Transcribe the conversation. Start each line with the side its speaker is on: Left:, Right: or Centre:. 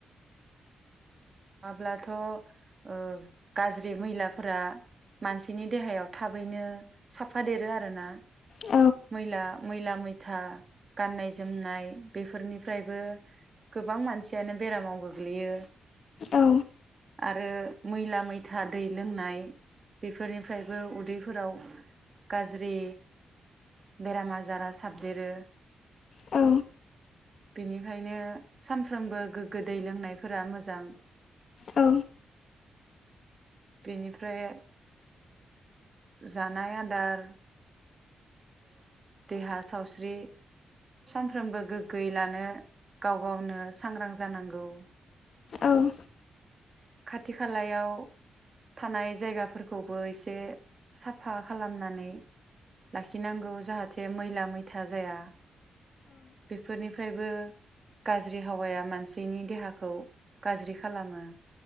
Right: हाब्लाथ ओ गाज्रि मैलाफोरा मानसिनि देहायाव थाबैनो साफादेरो आरोना।
Left: औ
Right: मैला मैला मैथा गाननाय जोमनाय बेफोरनिफ्रायबो गोबां मानसियानो बेरामाव गोग्लैयो।
Left: औ।
Right: आरो मैला मैथा दै लोंनाय बेफोरनिफ्रायबो उदैफोराव गाज्रि बेराम आजारा साबदेरो।
Left: औ।
Right: बेनिखायनो सानफ्रोमबो गोग्गो दै लोंनायफोरा मोजां।
Left: औ।
Right: बेनिफ्राय जानाय आदार देहा सावस्रि सानफ्रोमबो गोग्गोय लानो गाव गावनो सांग्रां जानांगौ।
Left: औ।
Right: खाथि खालायाव थानाय जायगाफोरखौबो एसे साफा खालामनानै लाखिनांगौ जाहाथे मैला मैथा जाया। बेफोरनि निफ्रायबो गाज्रि हावाया मानसिनि देहाखौ गाज्रि खालामो।